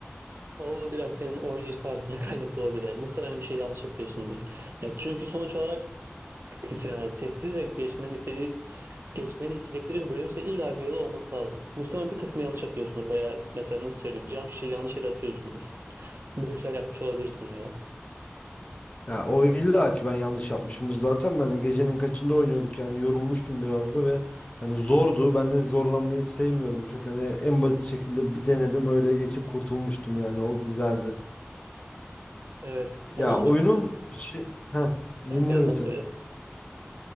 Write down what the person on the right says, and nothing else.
O biraz senin oynayış tarzına <laughs> kaynaklı olabilir yani. Muhtemelen bir şey yanlış yapıyorsundur. Ya çünkü sonuç olarak s- yani sessiz ve geçmeni istedik geçmeni istedikleri bir bölümse illa bir yolu olması lazım. Muhtemelen bir kısmı yanlış yapıyorsundur veya mesela nasıl söyleyeyim cam şişeyi yanlış yere atıyorsundur. Böyle şeyler yapmış olabilirsin ya.
Evet. Onun
dışında
ben
söyle sen
söyle.